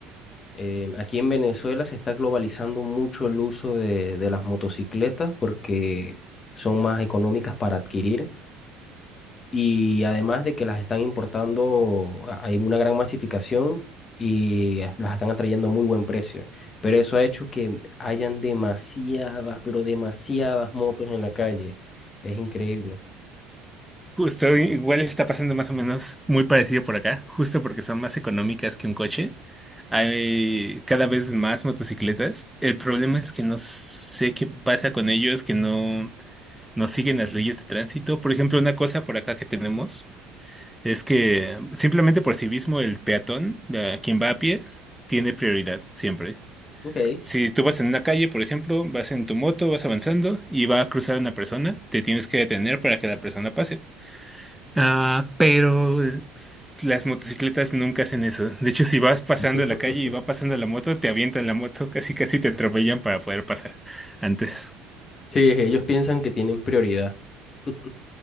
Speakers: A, on the left; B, in the centre.
A: Eh, aquí en Venezuela se está globalizando mucho el uso de, de las motocicletas porque son más económicas para adquirir y además de que las están importando, a- hay una gran masificación y a- las están atrayendo a muy buen precio. Pero eso ha hecho que hayan demasiadas, pero demasiadas motos en la calle. Es increíble.
B: Justo, igual está pasando más o menos muy parecido por acá, justo porque son más económicas que un coche. Hay cada vez más motocicletas. El problema es que no sé qué pasa con ellos, que no, no siguen las leyes de tránsito. Por ejemplo, una cosa por acá que tenemos es que simplemente por sí mismo el peatón, la- quien va a pie, tiene prioridad siempre.
A: Ok.
B: Si tú vas en una calle, por ejemplo, vas en tu moto, vas avanzando y va a cruzar una persona, te tienes que detener para que la persona pase. Ah, pero eh, s- las motocicletas nunca hacen eso. De hecho, si vas pasando
A: <laughs>
B: la calle y va pasando la moto, te avientan la moto, casi casi te atropellan para poder pasar antes.
A: Sí, ellos piensan que tienen prioridad. <laughs>